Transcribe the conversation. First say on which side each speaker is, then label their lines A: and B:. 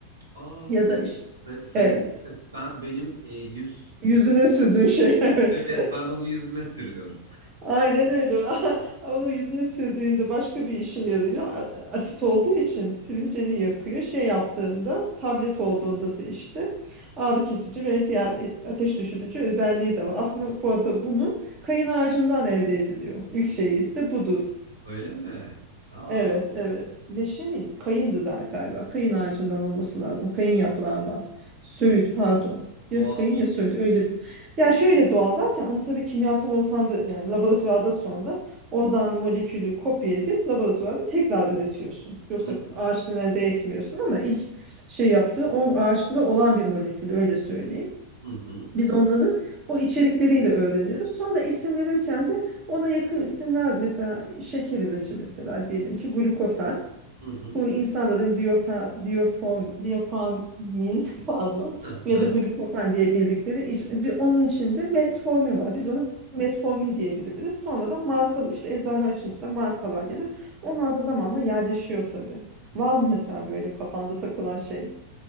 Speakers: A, on the right (about 75°); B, on the right (about 35°).
A: Aa
B: Ya da işte
A: sa- salisi
B: evet.
A: ben benim e, yüz
B: Yüzüne sürdüğün şey <laughs> evet.
A: evet ben onu yüzüme sürüyorum.
B: Aynen öyle. <laughs> Onu yüzüne sürdüğünde başka bir işe yarıyor. A- Asit olduğu için sivilceni yakıyor. Şey yaptığında, tablet olduğunda da işte ağrı kesici ve diğer e, ateş düşürücü özelliği de var. Aslında bu arada bunu kayın ağacından elde ediliyor. İlk şeyi de budur.
A: Öyle mi? Aa
B: Evet, evet. Meşe miydi? Kayındı za- galiba. Kayın ağacından olması lazım. Kayın yaprağından. Söğüt,
A: aslında
B: pardon. Ya
A: doğal
B: kayın
A: bir.
B: ya söğüt öyle bir. Yani şöyle doğal derken onu tabii kimyasal ortamda yani laboratuvarda sonra oradan molekülü kopya edip laboratuvarda tekrar üretiyorsun. Yoksa
A: Hı
B: ağaçtan elde etmiyorsun ama ilk şey yaptığı o ağaçta da olan bir molekül öyle söyleyeyim.
A: hı
B: Biz onları o içerikleriyle öğreniyoruz. Sonra isim verirken de ona yakın isimler mesela şeker ilacı mesela diyelim ki glukofen.
A: hı hı.
B: Bu insanların diyofer, diyoform, diyoformin <laughs> pardon
A: hı.
B: ya da glukofen diye bildikleri iç, bir, onun içinde metformin var. Biz onu metformin diyebiliriz. Sonra da markalı işte eczane açınca da markalar gelir. Onlar da zamanla yerleşiyor tabii.
A: hı.
B: Var mı
A: <laughs>
B: mesela böyle kafanda takılan şey?